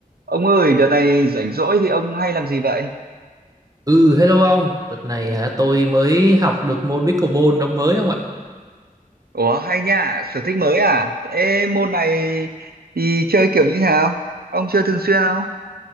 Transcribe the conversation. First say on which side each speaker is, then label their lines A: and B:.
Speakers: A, on the right (about 85°); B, on the right (about 25°).
A: Ông ơi, đợt này rảnh rỗi thì ông hay làm gì vậy?
B: Ừ, hello ông. Đợt này hả, tôi mới học được môn pickleball ông mới không ạ?
A: Ủa, hay nha, sở thích mới à? Ê, môn này thì chơi kiểu như thế nào? Ông chơi thường xuyên không?